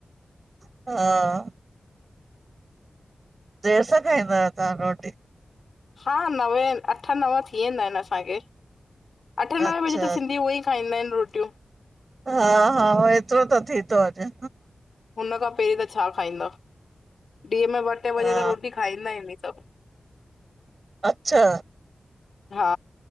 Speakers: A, on the right; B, on the left.
A: हा देर सा खाईदा आयो तव्हा रोटी?
B: हा नवे अठ नव थी वेदा आहिन असाखे। अठ नवे
A: अच्छा
B: बजे त सिंधी उह ई खाईदां आहिन रोटियू।
A: हा हा एतरो त थी थो वञे।
B: हुन खा पहरी त छा खाईंदा ॾीह मे ॿ टे बजे
A: हा
B: त रोटी खाईदा ई आहिनि सभु।
A: अच्छा,
B: हा